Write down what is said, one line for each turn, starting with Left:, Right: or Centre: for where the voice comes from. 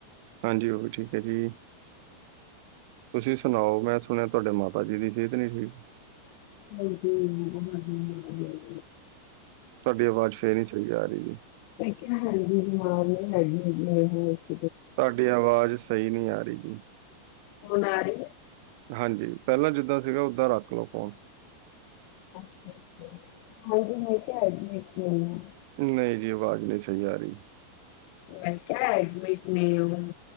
Right: ਹਾਂਜੀ ਉਹ ਵੀ ਠੀਕ ਆ ਜੀ। ਤੁਸੀਂ ਸੁਣਾਓ ਮੈਂ ਸੁਣਿਆ ਤੁਹਾਡੇ ਮਾਤਾ ਜੀ ਦੀ ਸਿਹਤ ਨੀ ਠੀਕ
Left: ਹਾਂਜੀ <inaudible>
Right: ਤੁਹਾਡੀ ਆਵਾਜ਼ ਫੇਰ ਹੀ ਸਹੀ ਆ ਰਹੀ ਜੀ।
Left: ਮੈਂ ਕਿਹਾ ਹਾਂਜੀ ਬਿਮਾਰ ਨੇ ਹੈਗੇ <inaudible>
Right: ਤੁਹਾਡੀ ਆਵਾਜ਼ ਸਹੀ ਨਹੀਂ ਆ ਰਹੀ ਜੀ।
Left: ਹੁਣ ਆ ਰਹੀ ਏ।
Right: ਹਾਂਜੀ ਪਹਿਲਾਂ ਜਿੱਦਾਂ ਸੀਗਾ ਓਦਾਂ ਰੱਖ ਲਓ ਫੋਨ
Left: ਹਾਂਜੀ -ਹਾਂਜੀ -ਹਾਂਜੀ ਮੈਂ ਕਿਹਾ ਐਡਿਮਿਟ ਉਹ
Right: ਨਹੀਂ ਜੀ ਆਵਾਜ਼ ਨਹੀਂ ਸਹੀ ਆ ਰਹੀ।
Left: ਮੈਂ ਕਿਆ ਐਡਮਿਟ ਨੇ ਉਹ